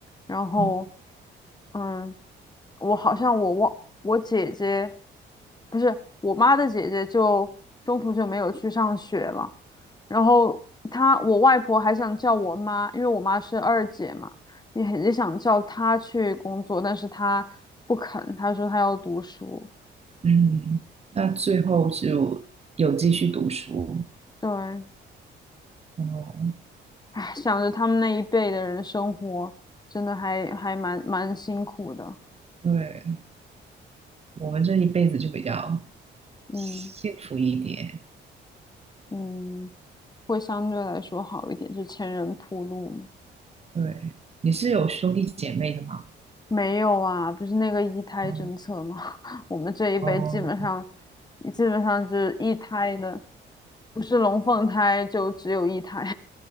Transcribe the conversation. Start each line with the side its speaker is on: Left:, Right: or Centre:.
Left: 然后，
Right: 嗯
Left: 嗯，我好像我忘我姐姐，不是我妈的姐姐就，中途就没有去上学了。然后她我外婆还想叫我妈，因为我妈是二姐嘛，也很也想叫她去工作，但是她不肯，她说她要读书。
Right: 嗯，那最后就有继续读书。
Left: 对，
Right: 哦，
Left: 唉，想着他们那一辈的人生活，真的还还蛮蛮辛苦的。
Right: 对，我们这一辈子就比较
Left: 嗯
Right: 幸福一点。
Left: 嗯。会相对来说好一点，就前人铺路嘛。
Right: 对，你是有兄弟姐妹的吗？
Left: 没有啊，不是那个一胎政策吗？
Right: 哦
Left: <laughs> 我们这一辈基本上，
Right: 哦。
Left: 基本上就是一胎的，不是龙凤胎就只有一胎。